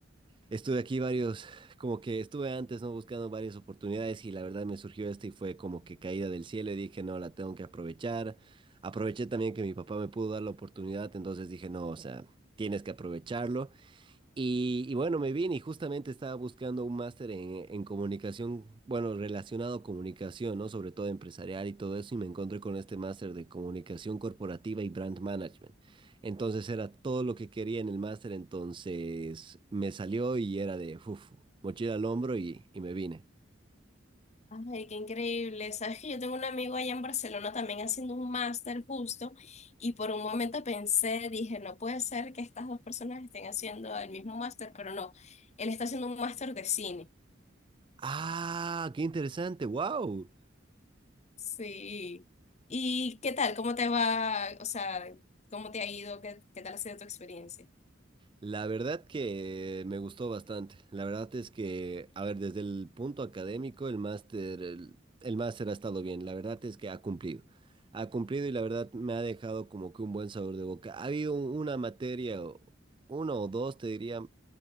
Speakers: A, on the right; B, on the left.
A: estuve aquí varios, como que estuve antes, ¿no? Buscando varias oportunidades y la verdad me surgió esta y fue como que caída del cielo y dije, no, la tengo que aprovechar. Aproveché también que mi papá me pudo dar la oportunidad, entonces dije, no, o sea, tienes que aprovecharlo. Y, y bueno, me vine y justamente estaba buscando un máster en, en comunicación, bueno, relacionado a comunicación, ¿no? Sobre todo empresarial y todo eso, y me encontré con este máster de comunicación corporativa y brand management. Entonces era todo lo que quería en el máster, entonces me salió y era de, uf, mochila al hombro y, y me vine.
B: Ay, qué increíble. Sabes que yo tengo un amigo allá en Barcelona también haciendo un máster justo y por un momento pensé, dije, no puede ser que estas dos personas estén haciendo el mismo máster, pero no, él está haciendo un máster de cine.
A: Ah, qué interesante, wow.
B: Sí. ¿Y qué tal? ¿Cómo te va? O sea, ¿cómo te ha ido? ¿Qué, qué tal ha sido tu experiencia?
A: La verdad que me gustó bastante. La verdad es que, a ver, desde el punto académico, el máster, el, el máster ha estado bien. La verdad es que ha cumplido. Ha cumplido y la verdad me ha dejado como que un buen sabor de boca. Ha habido un- una materia, o- uno o dos, te diría,